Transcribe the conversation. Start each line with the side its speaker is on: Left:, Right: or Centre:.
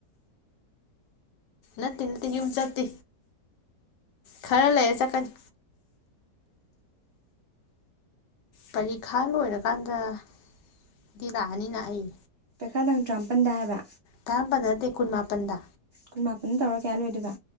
Left: ꯅꯠꯇꯦ ꯅꯠꯇꯦ ꯌꯨꯝ ꯆꯠꯇꯦ ꯈꯔ ꯂꯩꯔꯦ ꯆꯠꯀꯅꯤ ꯄꯔꯤꯈꯥ ꯂꯣꯏꯔꯀꯥꯟꯗꯗꯤ ꯂꯥꯛꯑꯅꯤꯅ ꯑꯩ
Right: ꯄꯦꯈꯥ ꯇꯥꯡ ꯇꯔꯥꯃꯥꯄꯟꯗ ꯍꯥꯏꯕ
Left: ꯇꯥ ꯄꯅꯔꯗ ꯀꯨꯟ ꯃꯥꯥꯄꯟꯗ
Right: ꯀꯨꯟ ꯃꯥꯄꯟ ꯇꯧꯔ ꯀꯌꯥ ꯂꯣꯏꯗꯣꯏꯕ